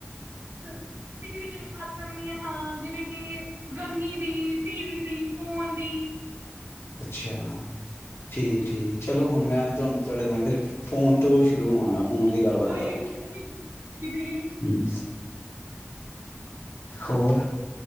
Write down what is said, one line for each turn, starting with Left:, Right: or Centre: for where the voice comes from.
Right: ਤੇ ਜਿਹੜੀ ਗੱਲਬਾਤ ਕਰਨੀ ਆ ਹਾਂ ਜਿਵੇਂ ਕਿ ਗਰਮੀ ਦੀ ਟੀਵੀ ਦੀ ਫੋਨ ਦੀ
Left: ਅੱਛਾ ਠੀਕ ਠੀਕ ਚਲੋ ਹੁਣ ਮੈਂ ਤੁਹਾਨੂੰ ਤੁਹਾਡੇ ਨਾਲ ਫਿਰ ਫੋਨ ਤੋਂ ਉਹ ਸ਼ੁਰੂ ਹੋਵਾਂਗਾ। ਫੋਨ ਦੀ ਗੱਲਬਾਤ
Right: ਕੋਈ
Left: ਕਰਾਂਗੇ
Right: ਕਿ
Left: ਹਮ ਹੋਰ